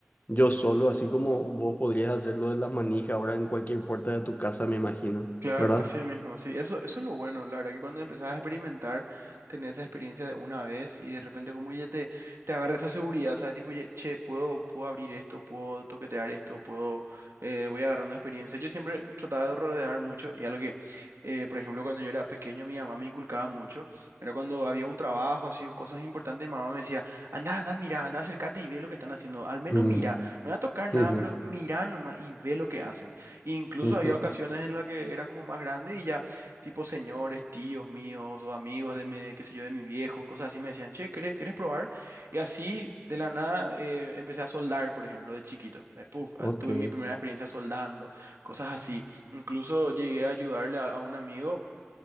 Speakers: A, on the left; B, on the right.
A: yo solo, así como vos podrías hacerlo de las manijas ahora en cualquier puerta de tu casa, me imagino,
B: Claro,
A: ¿verdad?
B: así mismo, sí. Eso, eso es lo bueno, la verdad que cuando empezás a experimentar, tenés esa experiencia de una vez y de repente como que ya te, te agarra esa seguridad, ¿sabes? Tipo, ye- che, puedo, puedo abrir esto, puedo toquetear esto, puedo, eh, voy agarrando experiencia. Yo siempre trataba de rodear mucho y algo que, eh, por ejemplo, cuando yo era pequeño, mi mamá me inculcaba mucho, era cuando había un trabajo, así o cosas importantes, mi mamá me decía, anda, anda, mira, anda, acércate y ve lo que están haciendo, al menos
A: Mm,
B: mira, no voy a tocar nada,
A: ujú,
B: pero mira nomás y ve lo que hacen. Incluso
A: ujú,
B: había ocasiones en las que era como más grande y ya, tipo señores, tíos míos o amigos de mi, qué sé yo, de mi viejo, cosas así, me decían, che, ¿querés, querés probar? Y así, de la nada, eh, empecé a soldar, por ejemplo, de chiquito. Eh, puf, ah,
A: Ok,
B: tuve mi primera experiencia soldando, cosas así. Incluso llegué a ayudarle a, a un amigo